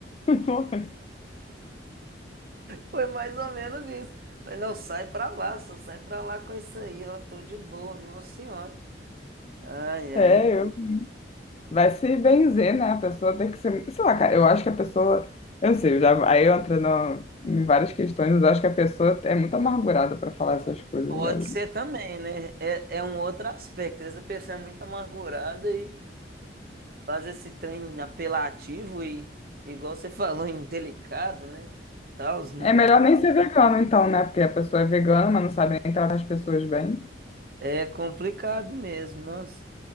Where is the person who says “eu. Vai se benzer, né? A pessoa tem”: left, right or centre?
Left